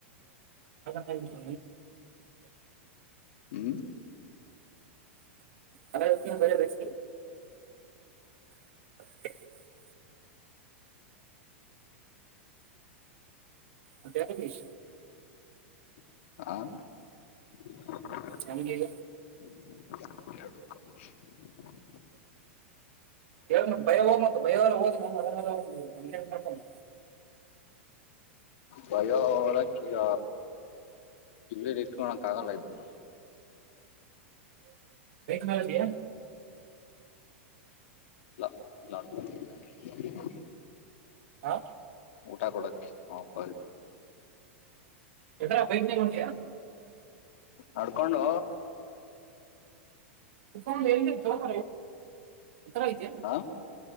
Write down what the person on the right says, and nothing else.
ನಿಮ್ದು
ಅರ ಬೆ ರಚ ಹ ಅತ್ತಾರ ನೀಶ
ನಮ್ಗೆಗ
ಯಾವ ಭಯ ಹೋಗ ಮ ಭಯವಲ್ಲ ಹೋದ ಮಾಡ್ಕೊಂಡು
ನಾವಲ್ಲಿ
ಹಾ
ಎತ್ರರ ಬೈಕ್ ನೀಡಯಾ
ತಕ ಎ ತಕ ಹತ್ತರ ಇದೆಯಾ